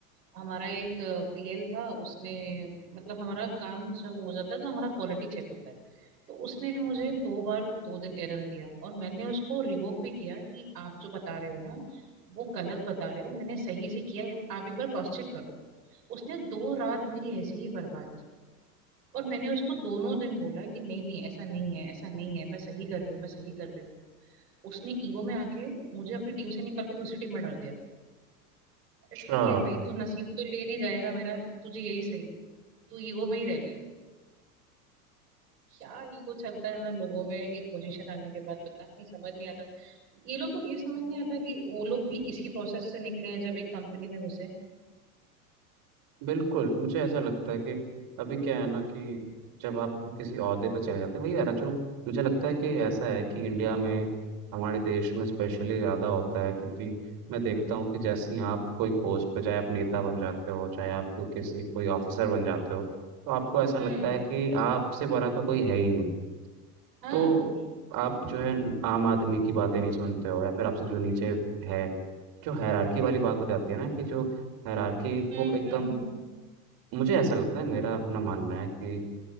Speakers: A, on the right; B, on the right.
A: हमारा एक पीएल था उसने मतलब हमारा काम सब हो जाता है तो हमारा क्वालिटी चेक होता है तो उसने मुझे दो बार दो दिन एरर दिया और मैंने उसको रिवोक भी किया कि आप जो बता रहे हो ना वो गलत बता रहे हो मैंने सही से किया है आप एक बार क्रॉस चेक करो उसने दो रात मेरी ऐसे ही बर्बाद की और मैंने उसको दोनों दिन बोला कि नहीं नहीं ऐसा नहीं है ऐसा नहीं है मैं सही कर रही हूँ मैं सही कर रही हूँ उसने ईगो में आके मुझे अपनी टीम से निकाल के दूसरी टीम में डाल दिया अरे
B: अच्छा
A: ठीक है भाई तू नसीब तो ले नहीं जाएगा मेरा तुझे यही सही तू ईगो में ही रह ले क्या ईगो चलता है ना लोगों में एक पोजीशन आने के बाद पता नहीं समझ नहीं आता ये लोग को ये समझ नहीं आता कि वो लोग भी इसी प्रोसेस से निकले हैं जब एक कंपनी में घुसे
B: बिल्कुल मुझे ऐसा लगता है कि अभी क्या है ना कि जब आप किसी ओहदे पर चले जाते हैं वही वाला जो मुझे लगता है कि ऐसा है कि इंडिया में हमारे देश में स्पेशली ज़्यादा होता है क्योंकि मैं देखता हूँ कि जैसे ही आप कोई पोस्ट पे चाहे आप नेता बन जाते हो चाहे आप कोई किसी कोई ऑफिसर बन जाते हो तो आपको ऐसा लगता
A: हम्म
B: है कि आपसे बड़ा तो कोई है ही नहीं
A: हाँ
B: तो आप जो है आम आदमी की बातें नहीं सुनते हो या फिर आपसे जो नीचे है जो हायरार्की वाली बात हो जाती है ना कि जो हायरार्की
A: हम्म
B: को एकदम
A: हम्म हम्म
B: मुझे ऐसा लगता है मेरा अपना मानना है कि